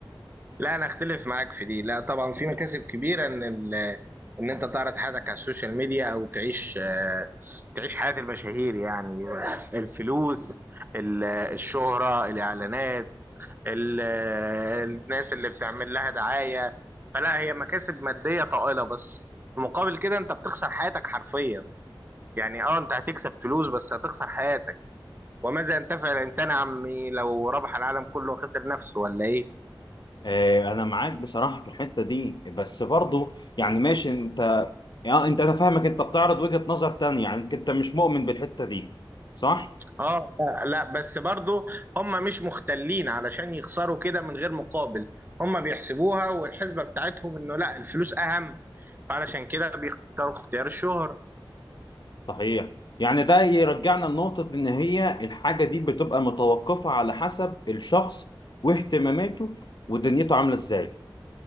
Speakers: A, on the right; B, on the left.
A: لا انا اختلف معاك في دي لا طبعا في مكاسب كبيرة ان ال... ان انت تعرض حياتك على السوشيال ميديا او تعيش آه، تعيش حياة المشاهير يعني الفلوس ال- الشهرة الاعلانات ال- آه، الناس اللي بتعمل لها دعاية فلا هي مكاسب مادية طائلة بس في مقابل كده انت بتخسر حياتك حرفيا يعني اه انت هتكسب فلوس بس هتخسر حياتك وماذا ينتفع الانسان عمي لو ربح العالم كله وخسر نفسه ولا ايه
B: آه، انا معاك بصراحه في الحته دي بس برضو يعني ماشي انت يعني انت انا فاهمك انت بتعرض وجهه نظر تانية يعني انت مش مؤمن بالحته دي صح
A: اه لا لا بس برضو هم مش مختلين علشان يخسروا كده من غير مقابل هم بيحسبوها والحسبة بتاعتهم انه لا الفلوس اهم فعلشان كده بيختاروا اختيار الشهرة
B: صحيح يعني ده يرجعنا لنقطه ان هي الحاجه دي بتبقى متوقفه على حسب الشخص واهتماماته ودنيته عامله ازاي